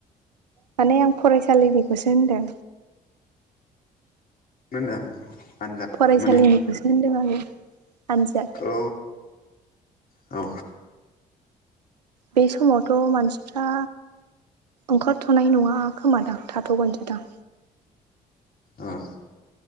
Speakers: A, on the right (about 85°); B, on the left (about 45°).
A: माने आं फरायसालिनिखौसो होनदों।
B: मा होनदों? आनजाद
A: फरायसालिनिखौसो
B: माने
A: होनदों आङो आनजाद
B: औ औ
A: बे समावथ मानसिफ्रा ओंखार थनाय नङा खोमादां थाथ गोनसोदां।
B: उम